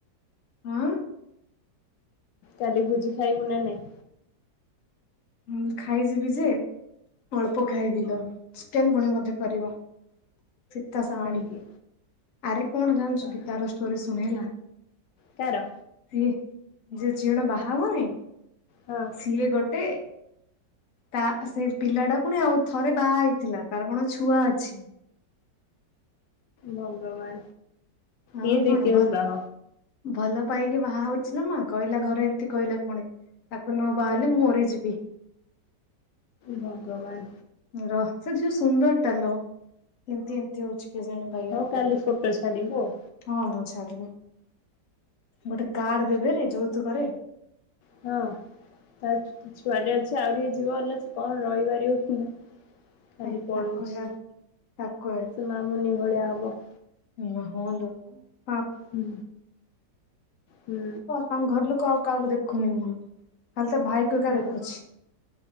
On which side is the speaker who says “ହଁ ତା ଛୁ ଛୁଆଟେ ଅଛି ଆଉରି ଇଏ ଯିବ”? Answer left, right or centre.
Left